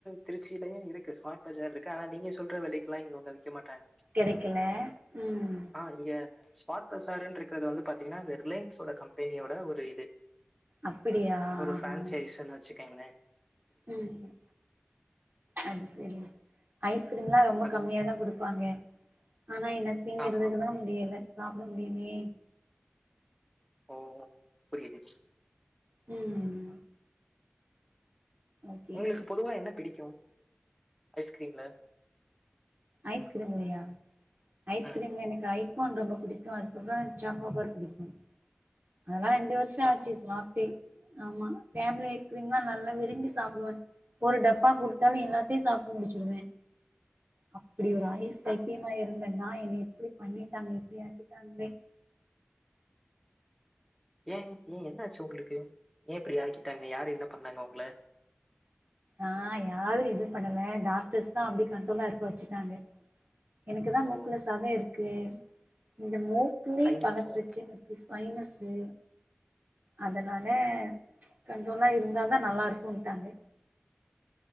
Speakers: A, in the centre; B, on the right (about 50°).
A: திருச்சிலயு இருக்கு ஸ்மார்ட் பஜார் இருக்கு ஆனா நீங்க சொல்ற வெலைக்கில்லா இவங்க விக்க மாட்டாங்க
B: கெடைக்கல ம்
A: ஆ இங்க ஸ்மார்ட் பசார்னு இருக்றது வந்து பாத்தீங்கன்னா ரிலையன்ஸ் ஓட கம்பெனீயோட ஒரு இது
B: அப்படியா
A: ஒரு
B: ஆஹா
A: ஃப்ரேன்சைஸ்னு வச்சிக்கங்கள
B: ம் அது செரி ஐஸ்க்ரீம்ல்லா ரொம்ப
A: அது
B: கம்மியா தா குடுப்பாங்க ஆனா என்ன திங்கிறதுக்கு
A: ஆமா.
B: தா முடியல சாப்ட முடியலியே
A: ஓ புரியிது
B: ம் ஓகே
A: உங்களுக்கு பொதுவா என்ன பிடிக்கு ஐஸ்க்ரீம்ல
B: ஐஸ்க்ரீம்லயா ஐஸ்க்ரீம்ல
A: ம்.
B: எனக்கு ஐ கோன் ரொம்போ புடிக்கு அதுக்கப்றோ சாக்கோபார் புடிக்கு அதெல்லா ரெண்டு வருஷோ
A: சாக்கோ.
B: ஆச்சு சா டே ஆமா ஃபேம்லி ஐஸ்க்ரீம்னா நல்லா விரும்பி சாப்டுவே ஒரு டப்பா குடுத்தாலு எல்லாத்தையு சாப்ட்டு முடுச்சிருவ அப்பிடி ஒரு ஐஸ் பைத்யமா
A: அ
B: இருந்த நா என்ன இப்பிடி பண்ணிட்டாங்க இப்டி ஆக்கிட்டாங்களே
A: ஏ ஏ என்ன ஆச்சு உங்களுக்கு ஏ இப்டி ஆக்கிட்டாங்க யாரு என்ன பண்ணாங்க உங்கள
B: ஆ யாரு எது பண்ணல டாக்டர்ஸ் தா அப்டி கண்ட்ரோல்லா இருக்க வச்சிட்டாங்க எனக்குதா
A: ஓ!
B: மூக்குல சத இருக்கு இந்த மூக்குலையு
A: சைனஸ்.
B: பல ப்ரச்சன
A: ஓ!
B: கு ஸ்பைனஸ்சு அதனால கண்ட்ரோலா இருந்தா தா நல்லா இருக்குன்ட்டாங்க